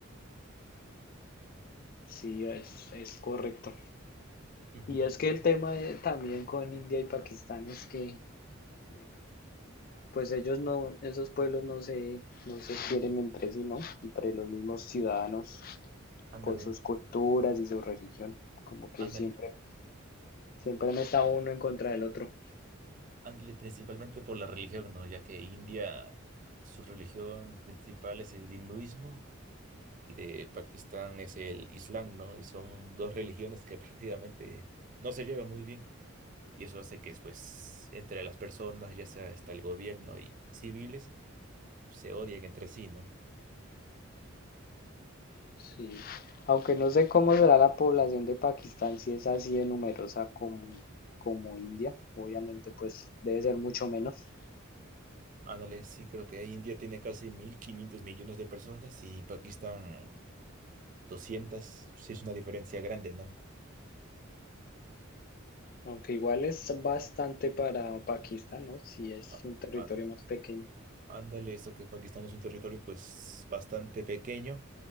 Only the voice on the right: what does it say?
Ujú.
Ándale,
ándale,
ándale, principalmente por la religión, ¿no? Ya que India, su religión principal es el hinduismo y de Pakistán es el Islam, ¿no? Y son dos religiones que <laughs> prácticamente no se llevan muy bien. Y eso hace que, pues, entre las personas, ya sea hasta el gobierno y civiles, se odien entre sí, ¿no?
Ándale, sí, creo que India tiene casi 1.500 millones de personas y Pakistán 200. Sí, es una diferencia grande, ¿no?
Á-
ánd-
Ándale, eso que Pakistán es un territorio, pues, bastante pequeño.